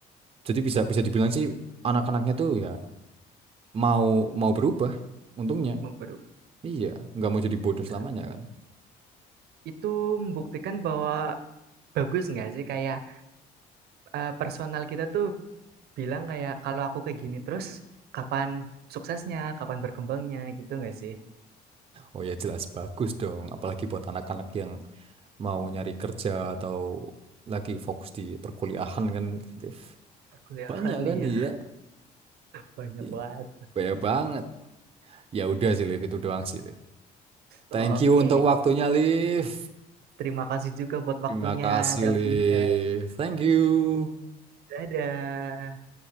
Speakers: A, on the right; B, on the right.
A: Jadi bisa bisa dibilang sih anak-anaknya tuh ya mau mau berubah untungnya.
B: memperuk.
A: Iya, nggak mau jadi bodoh
B: Ya,
A: selamanya kan.
B: itu membuktikan bahwa bagus nggak sih kayak eh, personal kita tuh bilang kayak kalau aku kayak gini terus kapan suksesnya, kapan berkembangnya gitu nggak sih?
A: Oh ya jelas bagus dong, apalagi buat anak-anak yang mau nyari kerja atau lagi fokus di perkuliahan kan. Liv.
B: Perkuliahan
A: Banyak kan
B: iya
A: iya.
B: banyak
A: Iya,
B: banget.
A: Banyak banget. Ya udah sih Liv itu doang sih. Liv. Thank
B: Oh, Oke,
A: you untuk
B: okay.
A: waktunya, Liv.
B: terima kasih juga buat
A: Terima
B: waktunya,
A: kasih,
B: Davina.
A: Liv. Thank you.
B: Dadah.